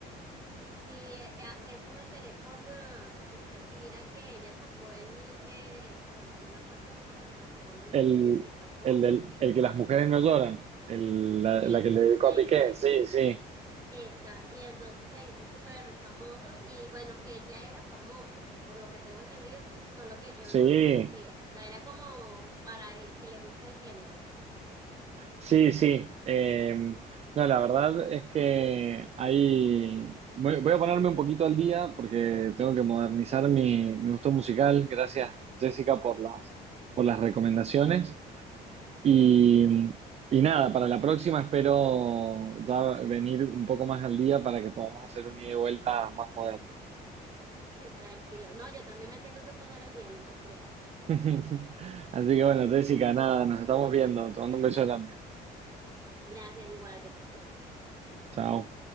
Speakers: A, on the right; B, on the right.
A: Sí, eh, eh, a- eso me enteré por, eh, por Shakira, que ella sacó el, eh, ay, no me acuerdo el nombre de la canción
B: El,
A: que, que sacó,
B: el, del- el que las mujeres no lloran, el- la,
A: ese,
B: la que le dedicó
A: ese.
B: a Piqué, sí, sí,
A: Esa, y entonces se hizo súper famoso y bueno, él ya era famoso, por lo que tengo entendido, solo que yo
B: sí.
A: no lo conocía, o sea, era como para el que le gusta el género.
B: Sí, sí. Eh, no, la verdad es que ahí voy, voy a ponerme un poquito al día porque tengo que modernizar mi, mi gusto musical.
A: <laughs>
B: Gracias, Jessica, por las, por las recomendaciones.
A: Recomiendo.
B: Y,
A: Ok,
B: y nada, para la próxima espero ya venir un poco más al día para que podamos hacer un ida y vuelta más moderno.
A: <laughs> tranquilo. No, yo también me tengo que poner al día, no te creas.
B: <laughs> Así que bueno, Jessica, nada, nos estamos viendo. Te mando un beso grande.
A: Gracias, igual, besitos.
B: Chao.